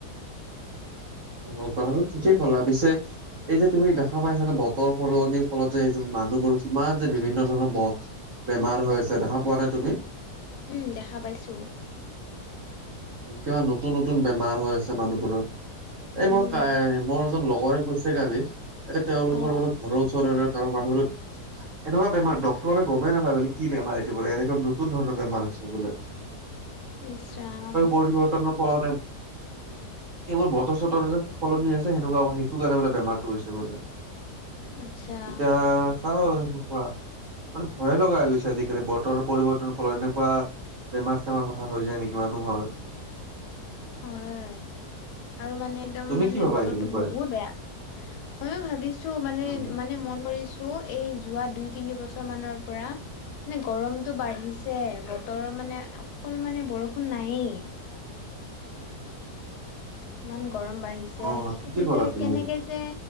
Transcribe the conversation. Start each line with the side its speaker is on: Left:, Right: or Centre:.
Right: অ কথাটো ঠিকেই কলা পিছে এই যে তুমি দেখা পাইছানে বতৰ সলনিৰ ফলত যে এইযে মানুহবোৰ কিমান যে বিভিন্ন ধৰণৰ ব বেমাৰ হৈ আছে দেখা পোৱা নাই তুমি?
Left: উম দেখা পাইছো।
Right: কিবা নতুন নতুন বেমাৰ হৈ আছে মানুহবোৰৰ, এই মোৰ
Left: উম
Right: কাই লগৰে কৈছে কালি, তেওঁলোকৰ
Left: অ
Right: মানে ঘৰৰ ওচৰৰে মানুহৰো, এনেকুৱা বেমাৰ ডক্তৰৰে গমেই নাপায় মানে কি বেমাৰ এইটো বোলে, এনেকা নতুন ধৰণৰ বেমাৰ চাবলে।
Left: ইছ ৰাম।
Right: পৰিবৰ্তনো কৰা নাই। এইবোৰ বতৰ চতৰ যে সলনি হৈছে, সেনেকুৱা সেইটো কাৰণে বোলে বেমাৰটো হৈছে বোলে।
Left: আচ্ছা
Right: এতিয়া চাওঁ আৰু সেনেকুৱা। মানে ভয়ে লগা হৈ গৈছে আজিকালি, বতৰৰ পৰিৱৰ্তনৰ ফলত এনেকুৱা বেমাৰ-চেমাৰ হঠাৎ হৈ যায় নেকি মানুহৰ।
Left: হয় আৰু মানে একদম
Right: তুমি
Left: মানে
Right: কি ভাবা
Left: বতৰটো
Right: এইটো বিষয়ে?
Left: বহুত বেয়া। ময়ো ভাবিছো মানে,
Right: উম
Left: মানে মন কৰিছো। এই যোৱা দুই তিনি বছৰ মানৰ পৰা, মানে গৰমটো বাঢ়িছে, বতৰ মানে অকন মানে বৰষুণ নায়েই। ইমান গৰম বাঢ়িছে,
Right: অ ঠিকে
Left: এইটো
Right: ক'লা
Left: যে
Right: তুমি
Left: কেনেকে যে